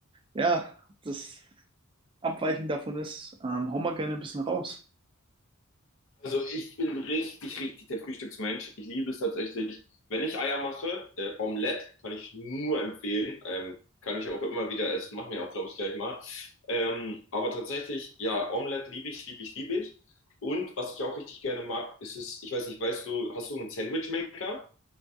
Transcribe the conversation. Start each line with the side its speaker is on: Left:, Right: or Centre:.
Right: ja, das Abweichen davon ist. Ähm, hau mal gerne ein bisschen raus.
Left: Also ich bin richtig, richtig der Frühstücksmensch. Ich liebe es tatsächlich. Wenn ich Eier mache, äh, Omelette kann ich nur empfehlen. Ähm, kann ich auch immer wieder essen. Machen wir auch, glaube ich, gleich mal. Ähm, aber tatsächlich, ja, Omelette liebe ich, liebe ich, liebe ich. Und was ich auch richtig gerne mag, ist es, ich weiß nicht, weißt du, hast du einen Sandwichmaker?